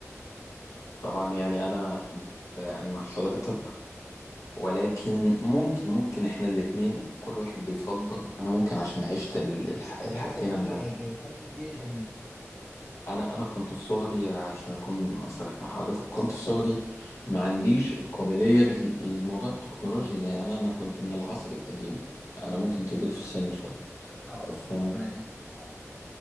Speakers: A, on the left; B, in the centre.
A: طبعا يعني انا آه، مع حضرتك ولكن ممكن ممكن احنا الاتنين كل واحد بيفضل انا ممكن عشان عشت ال- الح-
B: حضرتك
A: الحاجتين
B: جي
A: انا
B: ايجا بتحب الجيل القديم
A: انا انا كنت في صغري عشان اكون صريح مع حضرتك كنت في صغري ما عنديش القابلية لل- للموضوع التكنولوجي ده يعني انا كنت من العصر القديم انا ممكن كبير في السن شوية
B: اه
A: ف
B: ربنا يديك في العمر